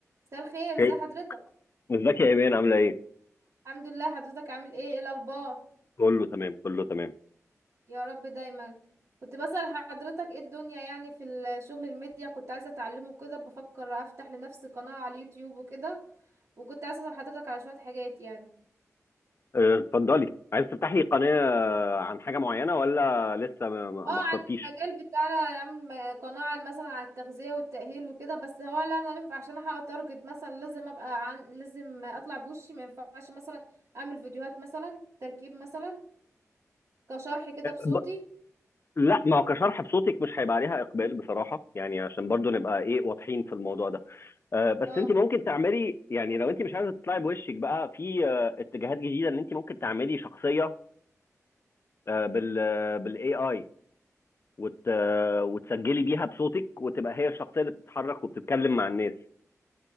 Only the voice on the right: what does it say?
مساء الخير ازي
حضرتك
الحمد لله حضرتك عامل ايه ايه الاخبار
يا رب دايما كنت بسأل حضرتك ايه الدنيا يعني في الشغل الميديا كنت عايزة اتعلمه كده بفكر افتح لنفسي قناة على اليوتيوب وكده وكنت عايزة اسأل حضرتك على شوية حاجات يعني
اه
عن المجال بتاعنا اعمل م- قناة عن- مثلا عن التغذية والتأهيل وكده بس هو لا انا ينفع عشان احقق تارجت مثلا لازم ابقى عن لازم اطلع بوشي ما ينفعش مثلا اعمل فيديوهات مثلا تركيب مثلا كشرح كده بصوتي
اه